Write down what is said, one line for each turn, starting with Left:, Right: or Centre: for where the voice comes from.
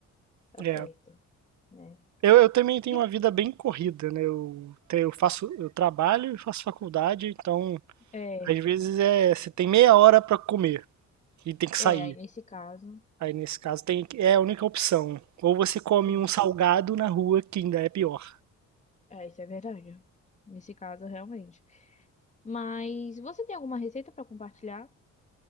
Left: Tá
Right: É.
Left: certo, né?
Right: Eu, eu também tenho
Left: E,
Right: uma vida bem corrida, né? Eu, te- eu faço, eu trabalho e faço faculdade, então.
Left: é,
Right: Às vezes é, você tem meia hora pra comer e tem que sair.
Left: é, aí nesse caso,
Right: Aí nesse caso tem, que- é a única opção. Ou você come
Left: sim,
Right: um salgado na rua, que ainda é pior.
Left: é, isso é verdade. Nesse caso, realmente. Mas você tem alguma receita pra compartilhar